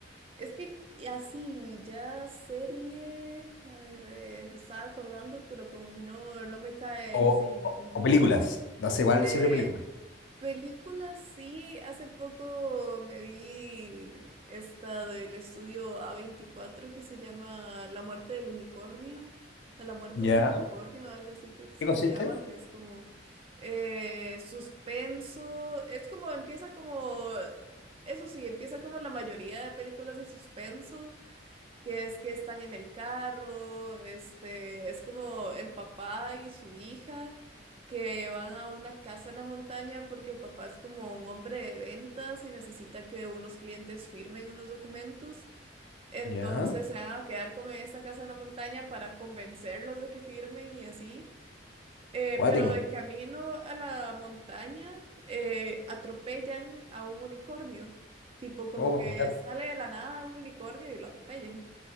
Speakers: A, on the right (about 30°); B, on the left (about 70°).
A: es que así, ya serie, a ver, eh, me estaba acordando, pero como que no, no me cae
B: O,
A: el cinco
B: o- o películas, no sé, igual
A: Eh,
B: sirve película.
A: películas, sí, hace poco me vi esta del estudio a veinticuatro que se llama La muerte del unicornio, a la muerte
B: ¿Ya?
A: de un unicornio, algo así creo que es
B: ¿Qué
A: que
B: consiste?
A: se llama, que es como eh, suspenso, es como empieza como, eso sí, empieza como la mayoría de películas de suspenso que es que están en el carro, este, es como el papá y su hija que van a una casa en la montaña porque el papá es como un hombre de ventas y necesita que unos clientes firmen unos documentos. Entonces
B: Ya.
A: se van a quedar como en esta casa en la montaña para convencerlos de que firmen y así. Eh,
B: Cuático.
A: pero de camino a la montaña eh, atropellan a un unicornio. Tipo como
B: Oh my
A: que
B: God.
A: sale de la nada un unicornio y lo atropellan.